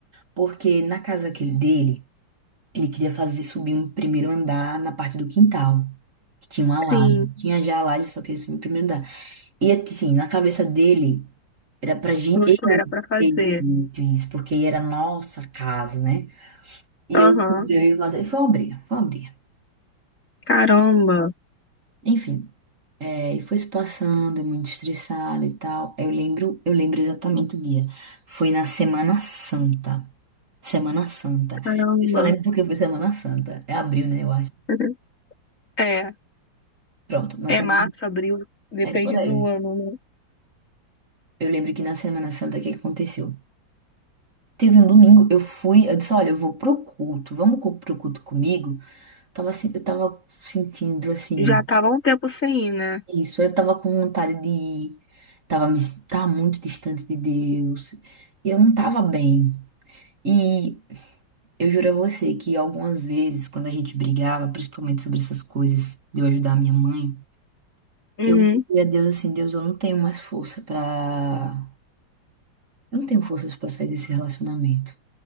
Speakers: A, on the right (about 40°); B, on the left (about 40°).
A: Porque na casa aquele dele, ele queria fazer subir um primeiro andar na parte do quintal, que tinha uma laje.
B: Sim.
A: Tinha já a laje, só queria subir o primeiro andar. E assim, na cabeça dele, era pra gente.
B: Você
A: Eu
B: era pra fazer.
A: ter feito isso, porque era a nossa casa, né? E
B: Aham.
A: eu comprei ele, foi uma briga, foi uma briga.
B: Caramba,
A: Enfim, é, e foi se passando, eu muito estressada e tal. Aí Eu lembro, eu lembro exatamente o dia. Foi na Semana Santa. Semana Santa.
B: caramba.
A: Eu só lembro porque foi Semana Santa. É abril, né, eu acho.
B: Uhum. É,
A: Pronto, na
B: é
A: semana,
B: março, abril, depende
A: é por
B: do
A: aí.
B: ano, né?
A: Eu lembro que na Semana Santa o que que aconteceu? Teve um domingo, eu fui, eu disse, olha, eu vou pro culto, vamos co- pro culto comigo? Tava, se- eu tava sentindo, assim,
B: Já tava um tempo sem ir, né?
A: Isso, eu tava com vontade de. Tava, me... tava muito distante de Deus. E eu não tava bem. E eu juro a você que algumas vezes, quando a gente brigava, principalmente sobre essas coisas de eu ajudar a minha mãe,
B: Uhum.
A: eu dizia a Deus assim: Deus, eu não tenho mais força pra. Eu não tenho forças pra sair desse relacionamento.